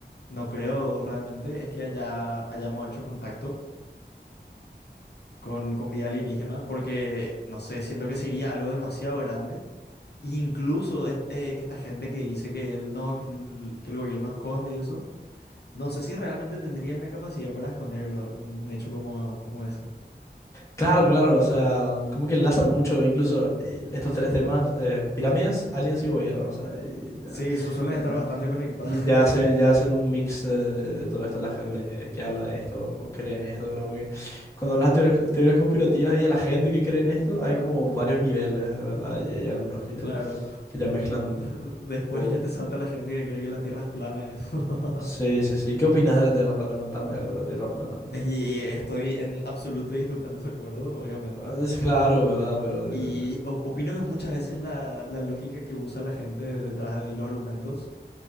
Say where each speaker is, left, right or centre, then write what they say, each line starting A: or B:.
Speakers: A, on the left; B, on the left.
A: no creo realmente es que haya, hayamos hecho contacto con, con vida alienígena, porque, no sé, siento que sería algo demasiado grande. E incluso es- eh, esta gente que dice que el, no, que el, que el gobierno esconde y eso, no sé si realmente tendrían la capacidad para esconder un, un hecho como, como ese.
B: Claro, claro, o sea, como que enlazan mucho, incluso eh, estos tres temas: eh, pirámides, aliens y gobierno, o sea, y ya,
A: Sí, su- suelen
B: eh,
A: estar bastante conectados.
B: y ya, hace-
A: <laughs>
B: ya hacen un mix eh, de, todo esto la gente
A: Sí,
B: que, que habla de esto o cree en esto, ¿verdad? Porque cuando hablas de teorías, teorías conspirativas y de la gente que cree en esto, hay como varios niveles, ¿verdad? Y hay algunos que ya,
A: claro.
B: que ya mezclan
A: <laughs> Después
B: todo.
A: ya te salta la gente que cree que la Tierra es plana y eso.
B: Sí,
A: <laughs>
B: sí, sí. ¿Qué opinas de la Tierra plana? Contame algo de la Tierra plana.
A: Y estoy en absoluto y total desacuerdo, obviamente.
B: Ah, Es claro, ¿verdad? Pero, eh,
A: Y o- opino que muchas veces la, la lógica que usa la gente detrás de los argumentos